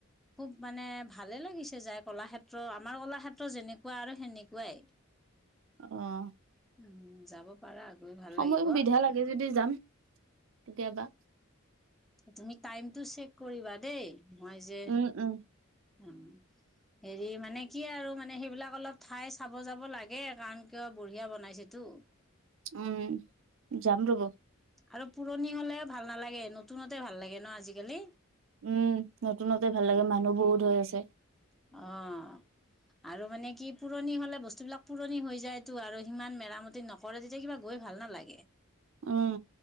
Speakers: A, in the centre; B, on the right (about 65°).
A: খুব মানে ভালে লাগিছে যাই। কলাক্ষেত্ৰ আমাৰ কলাক্ষেত্ৰ যেনেকুৱা আৰু সেনেকুৱাই।
B: অ',
A: উম, যাব পাৰা গৈ ভাল
B: সময়
A: লাগিব
B: সুবিধা
A: অ'।
B: লাগে যদি যাম কেতিয়াবা
A: তুমি টাইমতটো চেক কৰিবা দেই, মই যে
B: উম, উম।
A: উম। হেৰি মানে কি আৰু মানে সেইবিলাক অলপ ঠাই চাব যাব লাগে কাৰণ কিয় বঢ়িয়া বনাইছে। টো।
B: উম, যাম ৰব‌।
A: আৰু পুৰণি হলে ভাল নালাগে, নতুনতে ভাল লাগে ন আজিকালি?
B: উম, নতুনতে ভাল লাগে মানুহ বহুত হৈ আছে।
A: অ', আৰু মানে কি পুৰণি হলে বস্তুবিলাক পুৰণি হৈ যায়তটো আৰু সিমান মেৰামতি নক কৰে তেতিয়া কিবা গৈ ভাল নালাগে,
B: উম